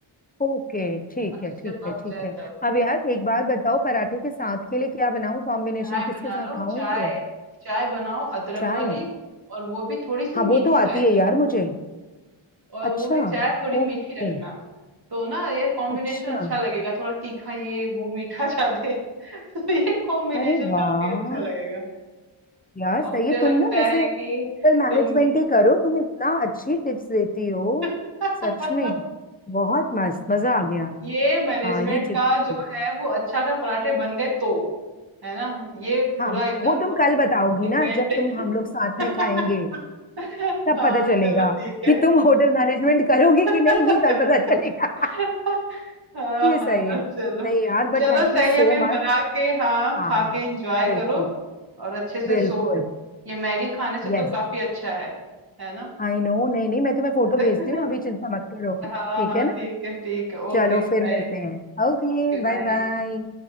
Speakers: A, on the left; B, on the right.
A: ओके ठीक
B: अच्छे
A: है
B: से
A: ठीक
B: पक
A: है ठीक
B: जाए
A: है
B: तब
A: अब यार एक बात बताओ पराठे के साथ के लिए क्या बनाऊं कॉम्बिनेशन
B: चाय
A: किसके
B: बना
A: साथ
B: लो
A: खाऊं
B: चाय
A: इनको
B: चाय बनाओ अदरक
A: चाय
B: वाली और वो भी थोड़ी सी
A: हाँ
B: मीठी
A: वो तो आती
B: चाय
A: है यार मुझे
B: और
A: अच्छा
B: वो भी चाय थोड़ी मीठी
A: ओके
B: रखना तो ना ये कॉम्बिनेशन
A: अच्छा
B: अच्छा लगेगा थोड़ा तीखा ये वो मीठा ज्यादा <laughs> तो ये कॉम्बिनेशन
A: अरे वाह
B: काफी अच्छा लगेगा
A: यार
B: और
A: सही
B: मुझे
A: है
B: लगता
A: तुम ना वैसे
B: है कि
A: होटल मैनेजमेंट
B: तुम
A: ही करो तुम इतना अच्छी टिप्स देती हो
B: <laughs>
A: सच में बहुत मस्त मजा आ गया
B: ये मैनेजमेंट
A: हाँ ये ठीक
B: का जो
A: है।
B: है वो अच्छा अगर पराठे बन गए तो है ना ये
A: हाँ
B: पूरा एकदम
A: वो तुम कल बताओगी
B: डिपेंड
A: ना जब तुम हम लोग साथ
B: <laughs>
A: में खाएंगे तब
B: हाँ
A: पता चलेगा
B: चलो ठीक है
A: कि तुम होटल मैनेजमेंट करोगी
B: <laughs>
A: कि नहीं ये कल पता चलेगा
B: <laughs> हाँ
A: <laughs> ये
B: हाँ
A: सही है
B: चलो
A: नहीं यार but
B: चलो
A: thank
B: सही
A: you so
B: है फिर
A: much
B: बना के हाँ
A: हाँ
B: खा
A: हाँ
B: के इंजॉय
A: बिल्कुल
B: करो और अच्छे से
A: बिल्कुल
B: सो ये मैगी खाने से
A: यस
B: तो काफी अच्छा है है ना
A: आई नो नहीं नहीं मैं तुम्हें फोटो
B: <laughs>
A: भेजती हूँ अभी चिंता मत करो
B: हाँ
A: ठीक
B: हाँ
A: है ना
B: ठीक है ठीक है ओके
A: चलो फिर
B: बाय
A: मिलते हैं ओके
B: ओके
A: बाय
B: बाय
A: बाय